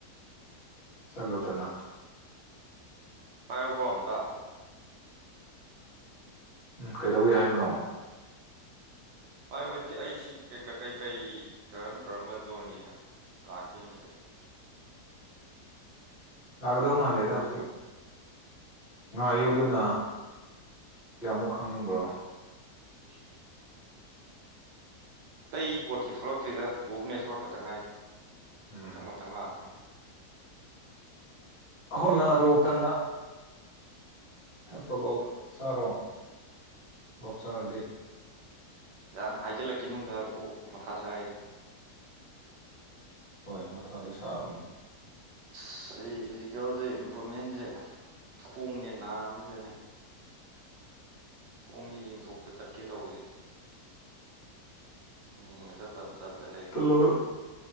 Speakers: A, on the left; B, on the right.
A: ꯆꯠꯂꯨꯗꯅ
B: ꯄꯥꯏꯌꯨꯀꯣ ꯑꯝꯇ
A: ꯎꯝ ꯀꯩꯗꯧꯏ ꯍꯥꯏꯕꯅꯣ
B: ꯄꯥꯏꯋꯥꯏꯇꯤ ꯑꯩꯁꯤ ꯀꯩꯀꯩ ꯀꯩꯀꯩꯒꯤ ꯀꯔꯝ ꯀꯔꯝꯕ ꯖꯣꯟꯒꯤ ꯂꯥꯛꯀꯦ ꯌꯦꯡꯒꯦ
A: ꯂꯥꯛꯀꯗꯧ ꯃꯥꯟꯗꯦꯗ ꯍꯧꯖꯤꯛ ꯉꯥꯏꯌꯨꯗꯨꯅ ꯀꯌꯥꯃꯨꯛ ꯈꯪꯅꯤꯡꯕ꯭ꯔꯣ
B: <unintelligible> ꯑꯇꯩ ꯕꯣꯠꯀꯤ ꯊꯣꯛꯂꯛꯇ꯭ꯔꯤꯗ ꯚꯨꯚꯅꯦꯁꯣꯔ ꯈꯛꯇꯪ ꯉꯥꯏꯔꯤ
A: ꯎꯝ
B: ꯃꯊꯪ ꯃꯊꯪ ꯂꯥꯛ
A: ꯍꯣꯠꯅꯔꯣ ꯀꯟꯅ ꯇꯣꯂꯣꯞ ꯆꯥꯔꯣ ꯇꯣꯂꯣꯞ ꯆꯥꯔꯗꯤ
B: ꯌꯥꯝ ꯍꯥꯏꯖꯜꯂꯛꯀꯤꯅꯣꯗ ꯀꯣꯛ ꯃꯊꯥ ꯁꯥꯔꯤꯗ
A: ꯍꯣꯏ ꯃꯊꯥꯗꯤ ꯁꯥꯕꯅꯤ
B: ꯁ ꯑꯩ ꯐꯤꯖꯤꯀꯦꯜꯁꯦ ꯏꯝꯄ꯭ꯔꯨꯨꯞꯃꯦꯟꯁꯦ ꯈꯣꯡꯒꯦ ꯅꯥꯕꯁꯤꯗꯅꯦ ꯀꯣꯡꯁꯦ ꯌꯦꯡꯊꯣꯛꯄ ꯆꯠꯀꯦ ꯇꯧꯕꯁ ꯌꯦꯡꯕ ꯆꯠꯇ ꯆꯠꯇ ꯂꯩ
A: ꯍꯜꯂꯣ